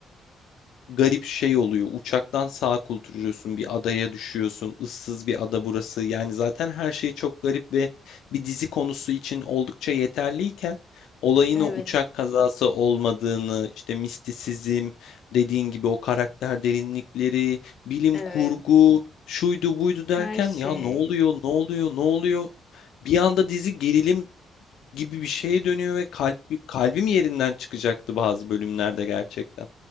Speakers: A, on the left; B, on the left.
A: garip şey oluyor. Uçaktan sağa kulturuyorsun, bir adaya düşüyorsun. Issız bir ada burası. Yani zaten her şey çok garip ve bir dizi konusu için oldukça yeterliyken olayın
B: evet
A: o uçak kazası olmadığını, işte mistisizm, dediğin gibi o karakter derinlikleri, bilim
B: evet
A: kurgu, şuydu buydu
B: her
A: derken
B: şey.
A: ya ne oluyor, ne oluyor, ne oluyor? Bir anda dizi gerilim gibi bir şeye dönüyor ve kalp, kalbim yerinden çıkacaktı bazı bölümlerde gerçekten.